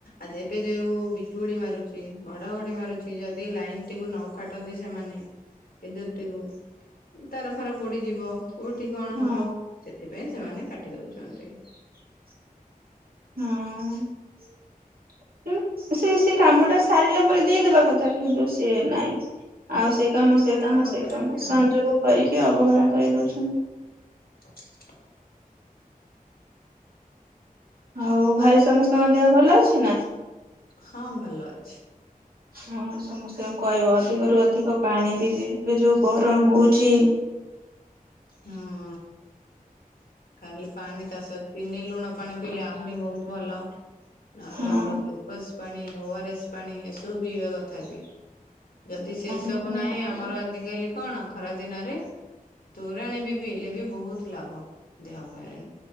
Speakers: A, on the left; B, on the right.
A: ଆଜ୍ ଏବେ ଯୋଉ ବିଜୁଳି ମାରୁଚି ଘଡ଼ଘଡ଼ି ମାରୁଚି ଯଦି ଲାଇନ୍ ଟିକୁ ନକାଟନ୍ତି ସେମାନେ ଇଦୁତିକୁ ଉଁ ତାର ଫାର ପୋଡି଼ଯିବ। କୋଉଠି କଣ
B: ହଁ
A: ହବ ସେଥିପାଇଁ ସେମାନେ କାଟି ଦଉଚନ୍ତି।
B: ହଁ। ଇ ଏ ସେଇ ସେଇ କାମଟା ସାରିଲା ପରେ ଦେଇଦବା କଥା କିନ୍ତୁ ସିଏ ନାଇଁ। ଆଉ ସେ କାମ
A: ଅବହେଳା
B: ସେ କାମ
A: କରୁଛନ୍ତି
B: ସେ କାମ
A: ଆଉ।
B: ସଂଯୋଗ କରିକି ଅବହେଳା କରିଦୋଉଛନ୍ତି।
A: ତ କି
B: ଆଉ ଘରେ ସମସ୍ତଙ୍କ ଦେହ ଭଲ ଅଛି ନାଁ?
A: ହଁ ଭଲ ଅଛି।
B: ହଁ ସମସ୍ତଙ୍କୁ କହିବ ଅଧିକରୁୁ ଅଧିକ ପାଣି ପିଇବେ ଏବେ ଯୋଉ ଗରମ ହଉଚି।
A: ହୁଁ। କାଲି ପାଣି ଚାଷ ଚିନି ଲୁଣ ପାଣି ପିଇଲେ ଆହୁରି ବୋହୁତ ଭଲ ନହେଲେ
B: ହଁ
A: ଆମର ଗ୍ଲୁ କ୍ୱାସ୍ ପାଣି ଓ ଆର ଏସ୍ ପାଣି ଏସବୁ ପିଇବା କଥା ବି। ଯଦି ସେ ସବୁ
B: ବିଭିନ୍ନ
A: ନାହିଁ
B: ପ୍ରକାର
A: ଆମର ଆଜକାଲି କଣ ଖରା ଦିନରେ ତୋରାଣୀ ବି ପିଇଲେ ବି ବୋହୁତ ଲାଭ ଦେହ ପାଇଁ।